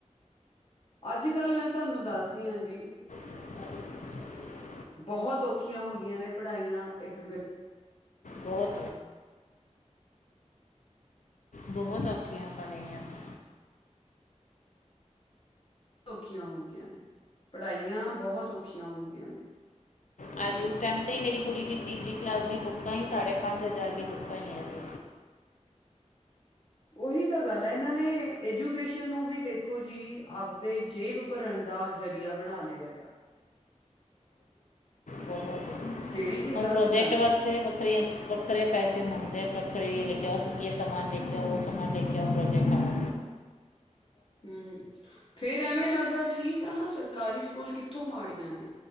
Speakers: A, on the left; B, on the left.
A: ਅੱਜ ਕੱਲ੍ਹ ਮੈਂ ਤੁਹਾਨੂੰ ਦੱਸਦੀ ਹਾਂ ਜੀ
B: <inaudible>
A: ਬਹੁਤ ਔਖੀਆਂ ਹੋ ਗਈਆਂ ਨੇ ਪੜ੍ਹਾਈਆਂ ਇੱਕ
B: ਬਹੁਤ ਬਹੁਤ ਔਖੀਆਂ ਕਰ ਰਹੀਆਂ ਸੀ।
A: ਔਖੀਆਂ ਹੋ ਗਈਆਂ ਨੇ ਪੜ੍ਹਾਈਆਂ ਬਹੁਤ ਔਖੀਆਂ ਹੋ ਗਈਆਂ ਨੇ।
B: ਹਾਂਜੀ ਇਸ ਟਾਈਮ 'ਤੇ ਹੀ ਮੇਰੀ ਕੁੜੀ ਦੀ ਤੀਜੀ ਕਲਾਸ ਦੀ ਬੁੱਕਾਂ ਹੀ ਸਾਢੇ ਪੰਜ ਹਜ਼ਾਰ ਦੀ ਬੁੱਕਾਂ ਹੀ ਅਸੀਂ
A: ਉਹੀ ਤਾਂ ਗੱਲ ਹੈ ਇਹਨਾਂ ਨੇ ਐਜੂਕੇਸ਼ਨ ਨੂੰ ਵੀ ਦੇਖੋ ਜੀ ਆਪਦੇ ਜੇਬ ਭਰਨ ਦਾ ਜ਼ਰੀਆ ਬਣਾ ਲਿਆ ਆ।
B: ਬਹੁਤ
A: ਜਿਹੜੀ ਕਿ
B: ਹੁਣ
A: ਗ਼ਲਤ
B: ਪ੍ਰੋਜੈਕਟ
A: ਗੱਲ ਆ।
B: ਵਾਸਤੇ ਵੱਖਰੀਆਂ ਵਖਰੇ ਪੈਸੇ ਮੰਗਦੇ ਪੱਖਰੇੇ ਲੈ ਕੇ ਆਓ ਯ ਸਮਾਨ ਲੈ ਕੇ ਆਉ ਉਹ ਸ ਸਮਾਨ ਲੈ ਕੇ ਆਉਓ ਪ੍ਰੋਜੈਕਟ ਆਣਾ
A: ਹੂ ਫੇਰ ਐਵੇਂ ਲੱਗਦਾ ਠੀਕ ਆ ਨਾ ਸਰਕਾਰੀ ਸਕੂਲ ਕਿੱਥੋਂ ਮਾੜੀਆਂ ਨੇ।